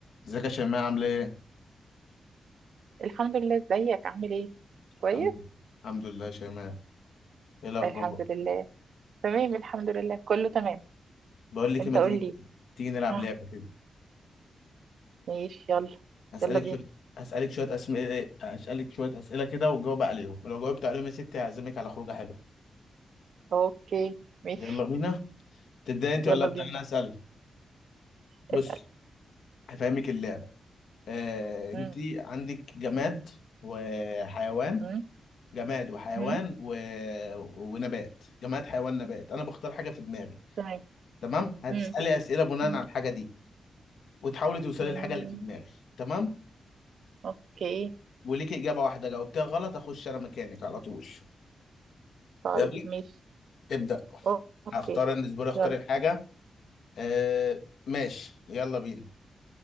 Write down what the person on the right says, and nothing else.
الحمد لله ازيك عامل ايه كويس
الحمد لله تمام الحمد لله كله تمام
انت
قول
لي
اه
ماشي يلا
يلا بينا
اوكي ماشي
يلا
بينا
اسأل
مم.
مم.
مم.
تمام
مم.
مم.
مم.
اوكي
طيب
ماشي
أو- اوكي
يلا